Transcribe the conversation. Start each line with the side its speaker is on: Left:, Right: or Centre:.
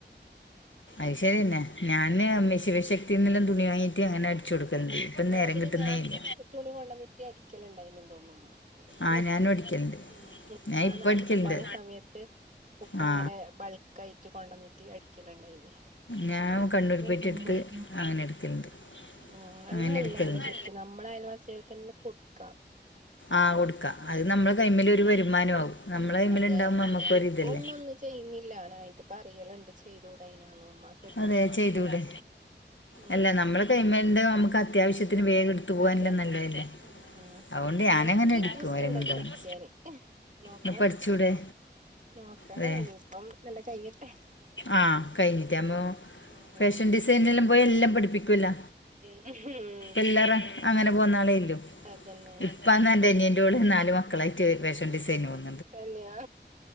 Left: ഐശെരിന്നെ ഞാന് <unintelligible> ത്തീന്നെല്ലാം തുണി വാങ്ങീറ്റ് അങ്ങനെ അടിച്ചുകൊടുക്കുന്ന് ഇപ്പന്നേരം
Right: ആഹ് പിന്നെ
Left: കിട്ടുന്നേയില്ല
Right: മാക്സി തുണി കൊണ്ടന്നിട്ട് അടിക്കലുണ്ടായിന്നും തോന്നുമ്മ അതൊക്കെ
Left: ആ
Right: നിർത്തി
Left: ഞാനും അടിക്കലുണ്ട്
Right: ഉം ഉപ്പ
Left: ഞാൻ ഇപ്പം
Right: നാട്ടിലുണ്ടാവുന്ന
Left: അടിക്കലുണ്ട്
Right: സമയത്ത് ഉപ്പ
Left: ആ
Right: അങ്ങനെ ബൾക്കായിറ്റ് കൊണ്ടന്നിറ്റ് അടിക്കലുണ്ടായിനി
Left: ഞാൻ
Right: പിന്നുപ്പ
Left: കണ്ണൂർ
Right: ഗൾഫി
Left: പോയിട്ട് എടുത്ത്
Right: പോയി
Left: അങ്ങനെ എടുക്കലുണ്ട്
Right: ഉം അത്
Left: അങ്ങനെ
Right: നല്ലതന്നെ
Left: എടുക്കലുണ്ട്
Right: ശരിക്കും നമ്മളയൽവാസികൾക്കന്നെ കൊടുക്കാം
Left: ആഹ് കൊടുക്കാം അത് നമ്മളെ കൈമില് ഒരു വരുമാനാവും നമ്മള കൈമ്മില്ണ്ടാവുമ്പോ
Right: അതെ
Left: നമ്മുക്കൊരിതല്ലേ
Right: ഇപ്പം ഒന്നും ചെയ്യുന്നില്ല നായിട്ട്പ്പറയലുണ്ട് ചെയ്തൂടായിനാന്നുമ്മാ
Left: അതേ ചെയ്തൂടെ
Right: ഉം
Left: അല്ല നമ്മള്
Right: ഉം.
Left: കൈമേന്റെ നമുക്ക് അത്യാവശ്യത്തിന് വേഗെടുത് തൂവാനുംനല്ലയല്ലേ
Right: അതെ ആഹ്
Left: അവോണ്ട് ഞാനങ്ങനെടുക്കും
Right: എനക്ക് ഇൻട്രസ്റ്റ്
Left: ഓരെങ്ങുംതന്നെ
Right: ഉണ്ട് അത് പഠിക്കാന് നോക്കണം
Left: ന്ന്പഠിച്ചൂടെ
Right: നോക്കണം
Left: അതെ
Right: ഇനിയിപ്പം നല്ല കയ്യട്ടെ
Left: ആഹ് കയ്ഞ്ഞിറ്റാ ന്നു
Right: ഉം ഉം
Left: പാഷൻ ഡിസൈനിലും പോയി എല്ലാം പഠിപ്പിക്കുവല്ലോ
Right: ഉം ഉം.
Left: എല്ലാറ അങ്ങനെ പോന്നാളേല്ലു
Right: അതന്നെ
Left: ഇപ്പന്ന്
Right: ഉം
Left: എന്റനിയൻ്റോള് നാലു മക്കളായിറ്റ് പാഷൻ ഡിസൈന് പോന്ന്
Right: തന്നെയാ